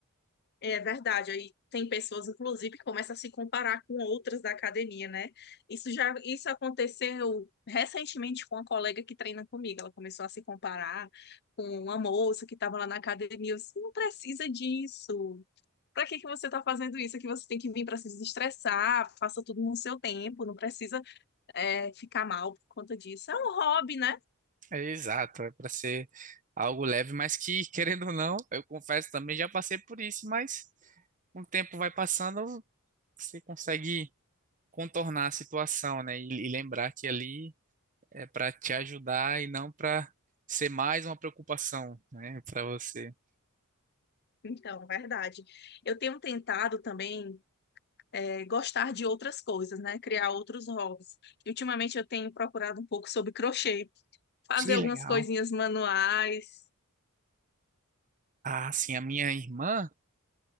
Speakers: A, on the left; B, on the right.
A: É verdade, aí tem pessoas, inclusive, que começam a se comparar com outras da academia, né? Isso já, isso aconteceu recentemente com uma colega que treina comigo. Ela começou a se comparar com uma moça que estava lá na academia. Eu disse, não precisa disso. Para que que você está fazendo isso? É que você tem que vir para se desestressar, faça tudo no seu tempo, não precisa é, ficar mal por conta disso. É um hobby, né?
B: É exato, é para ser algo leve, mas que, <laughs> querendo ou não, eu confesso também já passei por isso, mas com o tempo vai passando, você consegue contornar a situação, né? E, e lembrar que ali é para te ajudar e não para ser mais uma preocupação, né, para você.
A: Então, verdade. Eu tenho tentado também é, gostar de outras coisas, né? Criar outros hobbies. E, ultimamente eu tenho procurado um pouco sobre crochê, fazer
B: Que
A: algumas
B: legal.
A: coisinhas manuais.
B: Ah, sim, a minha irmã,